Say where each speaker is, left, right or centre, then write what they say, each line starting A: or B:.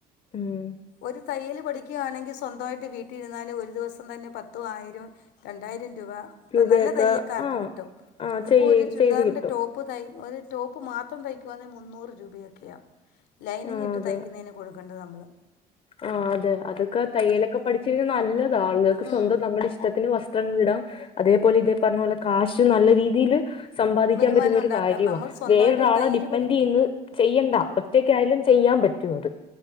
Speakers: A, on the left (about 40°); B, on the left (about 80°).
A: ഉം
B: ഒരു തയ്യല് പഠി ക്കുവാണെങ്കി സ്വന്തായിട്ട് വീട്ടിരുന്നാലും ഒരു ദിവസം തന്നെ പത്തും ആയിരം രണ്ടായിരം രൂപ
A: രൂപയൊക്കെ
B: നല്ല തയ്യക്കാർക്ക്
A: ആ
B: കിട്ടും
A: ആ
B: ഇപ്പോ
A: ചെയ്
B: ഒരു ചുരിദാറിന്റെ
A: ചെയ്ത് കിട്ടും
B: ടോ പ്പ് തൈ ഒരു ടോപ്പ് മാത്രം തയ്ക്കുവാന്നെ മുന്നൂറ് രൂപയൊക്കെയാ ലൈനിങ്
A: ആ
B: ഇട്ട്
A: അതെ
B: തയ്ക്കുന്നയ്ന് കൊടുക്കണ്ടത് നമ്മള്
A: ആ അതെ അതൊക്കെ തയ്യലൊക്കെ പഠിച്ചിര് നല്ലതാ ആളുകൾക്ക്
B: ഉം,
A: സ്വന്തം നമ്മുടെ ഇഷ്ടത്തിന് വസ് ത്രങ്ങൾ ഇടാം അതേപോലെ ഇതേ പറഞ്ഞ പോലെ കാശ് നല്ല രീതിയില് സമ്പാദിക്കാൻ
B: വരുമാനം
A: പറ്റുന്നൊരു
B: ഉണ്ടാക്കാം
A: കാര്യവാ
B: നമ്മൾ സ്വന്തമായിട്ട്
A: വേറൊരാളെ
B: തയ്യൽ
A: ഡിപ്പെൻഡ്
B: പഠി
A: ചെയ്ന്ന് ചെയ്യണ്ട ലും ചെയ്യാൻ പറ്റും അത്